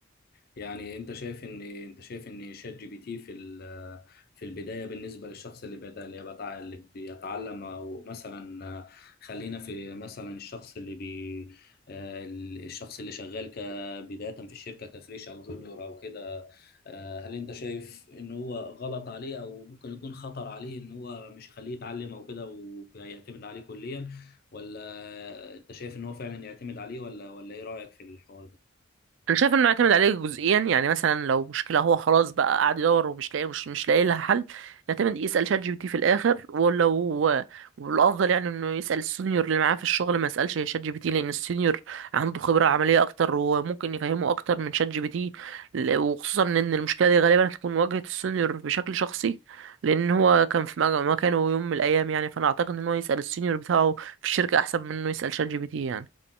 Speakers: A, on the left (about 50°); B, on the right (about 65°).
A: يعني انت شايف ان انت شايف ان شات جي بي تي في ال- في البدايه بالنسبه للشخص اللي بدا اللي بتاع اللي بيتعلم او مثلا آه، خلينا في مثلا الشخص اللي بي آه، الشخص اللي شغال كبدايه في الشركه كفريش او جونيور او كده آه، هل انت شايف ان هو غلط عليه او ممكن يكون خطر عليه ان هو مش يخليه يتعلم او كده ويعتمد عليه كليا ولا انت شايف ان هو فعلا يعتمد عليه ولا ولا ايه رايك في الحوار ده
B: انا شايف انه يعتمد عليه جزئيا يعني مثلا لو مشكله هو خلاص بقى قاعد يدور ومش لاقي مش مش لاقي لها حل يعتمد يسال شات جي بي تي في الاخر ولو والافضل يعني انه يسال السينيور اللي معاه في الشغل ما يسالش شات جي بي تي لان السينيور عنده خبره عمليه اكتر وممكن يفهمه اكتر من شات جي بي تي ل- وخصوصا ان المشكله دي غالبا هتكون واجهه السينيور بشكل شخصي لان هو كان في مج- مكانه يوم من الايام يعني فانا اعتقد ان هو يسال السينيور بتاعه في الشركه احسن من انه يسال شات جي بي تي يعني